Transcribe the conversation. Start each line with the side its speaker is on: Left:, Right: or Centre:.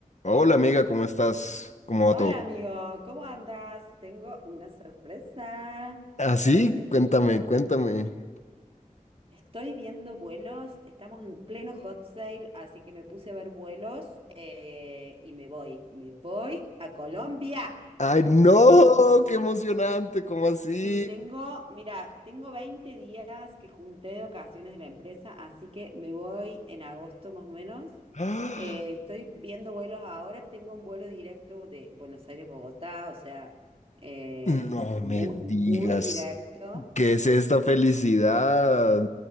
Left: Hola amiga, ¿cómo estás? ¿Cómo
Right: Hola
Left: va todo?
Right: amigo, ¿cómo andas? Tengo una sorpresa
Left: ¿Así?
Right: para ti.
Left: cuéntame, cuéntame.
Right: Estoy viendo vuelos, estamos en pleno hot sale, así que me puse a ver vuelos eh, y me voy, me voy a Colombia.
Left: ¡Ay, no!
Right: Sí,
Left: ¡Qué emocionante! ¿Cómo así?
Right: Sí, tengo, mira, tengo 20 días que junté de ocasiones de la empresa, así que me voy en agosto más o menos.
Left: ¡Ah!
Right: Eh, estoy viendo vuelos ahora, tengo un vuelo directo de Buenos Aires-Bogotá, o sea, eh,
Left: No
Right: muy,
Left: me
Right: muy
Left: digas.
Right: directo.
Left: ¿Qué es esta felicidad?